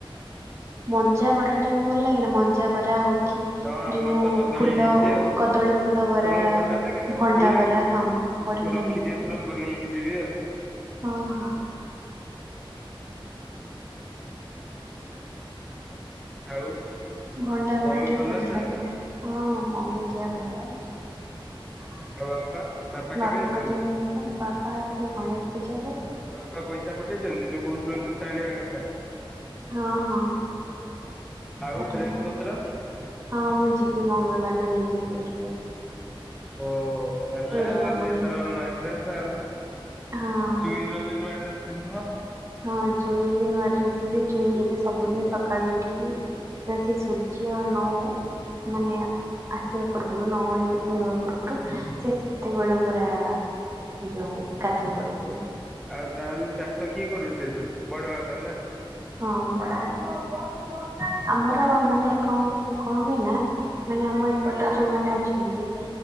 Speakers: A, on the right; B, in the centre.
A: ମଞ୍ଜା ବରାଟା ବି ଭଲ ଲାଗେନା। ମଞ୍ଜା ବରା ଆଉ କି
B: ହଁ ଆମର
A: ଯୋଉ
B: ତ କଦଳୀ
A: ଫୁଲ
B: ହେଇଛି ଆଉ।
A: କଦଳୀ ଫୁଲ ବରା
B: ତମକୁ ଭଣ୍ଡା ଲାଗେ ନା
A: ଭଣ୍ଡା
B: ଭଲ ଲାଗେ
A: ବରା
B: ନା
A: ହଁ। ବଢିଆ
B: ମୁଁ ରଖିଛି
A: ଲାଗେ ଏଟା
B: ଏଥର ବନେଇକି ଯିବି ଆଉ।
A: ହଁ ହଁ
B: ଆଉ
A: ଭଣ୍ଡା
B: ମମି
A: ବରାଟା ବି
B: ଭଲ
A: ବଢ଼ିଆ
B: ଅଛନ୍ତି
A: ଲାଗେ। ହଁ ମମି ଦେହ ଭଲ ଅଛି।
B: ଆଉ ବାପା ବାପା କେବେ
A: ବାପାଙ୍କ
B: ଆସିବେ?
A: ଦେହ ବି ଭଲ ବାପା ଆସିବେ ଗଣେଶ ପୂଜାରେ।
B: ଆଉ ବାପା ପଇସା ପଠେଇଚନ୍ତି ଯୋଉ କହୁଥିଲ ଜୋତା ଆଣିବା କଥା।
A: ହଁ ହଁ
B: ଆଉ
A: ପଠେଇଚନ୍ତି।
B: ଡ୍ରେସ ପତ୍ର
A: ହଁ ମୁଁ ଯିବି ମଙ୍ଗଳବାର ନାନୀ <unintelligible>
B: ଓହୋ ହେଲା
A: ଯିବ
B: ଆଉ
A: ପୁଣି
B: ଏଥର ନୂଆ ଡ୍ରେସ୍ ଆଉ ଚୁଇଁର
A: ହଁ
B: ଏବେ ନୂଆ ଡ୍ରେସ୍ ପିନ୍ଧିବ।
A: ହଁ ଚୁଇଁ ବି ନୂଆ ଡ୍ରେସ ପିନ୍ଧିବି ଚୁଇଁ ଏବେ ସବୁଦିନ ସଖାଳେ ଉଠିକି ତା ଠି ସୂର୍ଯ୍ୟ ନୋଉ ମାନେ ଆସିବା ପୂର୍ବରୁ ନୋଉ ନୋଉନୁ ପୂର୍ବରୁ ସେ ସେତେବେଳେ ପୁରା ଯୋଉ ଗାଧେଇ ପଡୁଚି।
B: ଆଉ ତାହେଲେ ଚାଷ କିଏ କରୁଚେ ତ ବଡ଼ବାପା ନା।
A: ହଁ ବଡ଼ବାପା ଆମର ମାନେ କଣ କଣ ହୁଏ ନା। ମାନେ ଆମ ଏପଟେ ଯୋଉ ମାନେ ଅଛନ୍ତି।